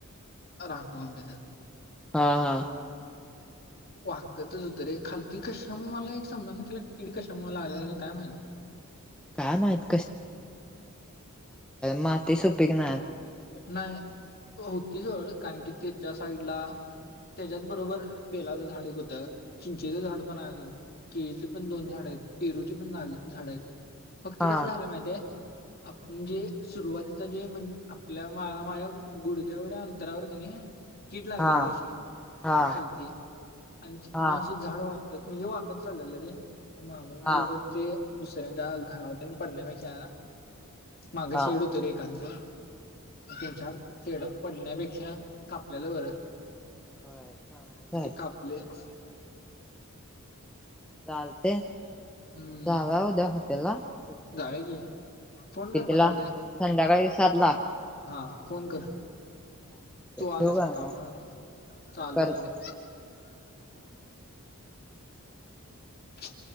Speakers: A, on the left (about 45°); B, in the centre.
A: राकू अबद
B: हा हा
A: वागकतच होत रे खालती कशा मला एक समजा ना त्याला किड कशा मला लागले काय माहत
B: काय माहित मााती सुपिकन
A: नाही होती जड कारण की त्याच्या साईडला त्याच्याच बरोबर बेलाचं झाड होतं चिंचेचं झाड पण आहे अजून केळीची पण दोन झाड आहेत परूची पण झाड आहेत फक्त
B: हा
A: कसं झालं माहिित आहे आपजे सुरुवातीच जे म्हणजे आपल्या माझ्या गुडघ्या एवढ्या अंतरावर का नाही कीड लागलेली
B: हा
A: अशी
B: हा
A: खालती आणि तिथ
B: हा
A: न असं झाड वाग म्हणजे वाकत चाललं रे म्हणजे
B: हा
A: उगच ते दुसऱ्याच्या घरा होत पडण्यापेक्षा मागेशीेड
B: हा
A: होत रे एकांत तच्या खेड पडण्यापेक्षा कापलेलं बरं
B: होय चांगलंच
A: मग
B: आहे
A: ते कापलेच
B: चालते
A: हम्म
B: मजा आला उद्या हॉटेलला किती
A: जाऊया की फोन कर मला
B: ला
A: उद्या
B: संध्याकाळी सात ला
A: हा फोन कर तू आलास
B: ठेवू काय
A: की काम
B: मग
A: चालते
B: करते.
A: चालते <inaudible>